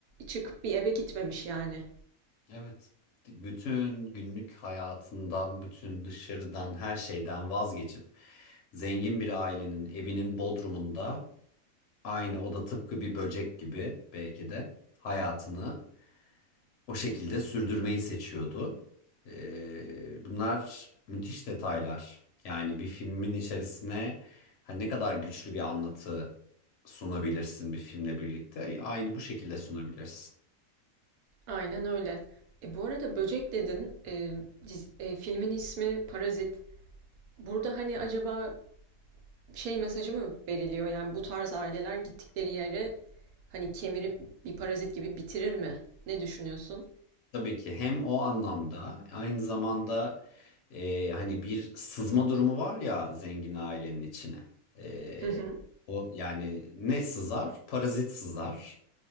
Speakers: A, on the right; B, on the left.
A: çıkıp bir eve gitmemiş yani.
B: Evet. Bütün günlük hayatından, bütün dışarıdan, her şeyden vazgeçip zengin bir ailenin evinin bodrumunda aynı o da tıpkı bir böcek gibi belki de hayatını o şekilde sürdürmeyi seçiyordu. Ee, bunlar müthiş detaylar. Yani bir filmin içerisine hani ne kadar güçlü bir anlatı sunabilirsin bir filmle birlikte. Aynı bu şekilde sunabilirsin.
A: Aynen öyle. E bu arada Böcek dedin. E, diz- e, filmin ismi Parazit. Burada hani acaba şey mesajı mı veriliyor? Yani bu tarz aileler gittikleri yere hani kemirip bir parazit gibi bitirir mi? Ne düşünüyorsun?
B: Tabii ki hem o anlamda aynı zamanda e, hani bir sızma durumu var ya zengin ailenin içine. E,
A: Hı hı.
B: o yani ne sızar? Parazit sızar.